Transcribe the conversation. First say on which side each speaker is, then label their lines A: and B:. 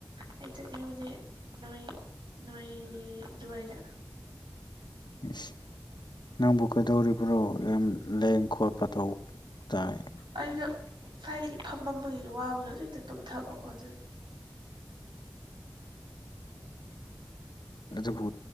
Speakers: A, on the right; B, on the left.
A: ꯑꯩ ꯆꯠꯅꯤꯡꯉꯤꯕꯗꯤ ꯅꯣꯏ ꯅꯣꯏ ꯑꯗꯨꯋꯥꯏꯗ
B: ꯏꯁ ꯅꯪꯕꯨ ꯀꯩꯗꯧꯔꯤꯕ꯭ꯔꯣ ꯌꯥꯝ ꯂꯦꯡ ꯈꯣꯠꯄ ꯇꯧ꯫ ꯇꯥꯏ꯫
A: ꯑꯩꯗ ꯉꯁꯥꯏꯗꯒꯤ ꯐꯝꯃꯝꯕꯒꯤ ꯋꯥꯕꯁ ꯍꯧꯖꯤꯛ ꯍꯛꯇ ꯇꯨꯝꯊꯕꯀꯣ ꯑꯗꯨꯒꯤ
B: ꯑꯗꯨꯕꯨ